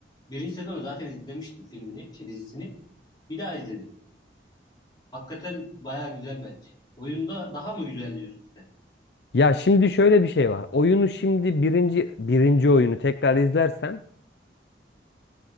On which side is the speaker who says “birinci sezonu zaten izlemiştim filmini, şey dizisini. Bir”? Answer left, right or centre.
Left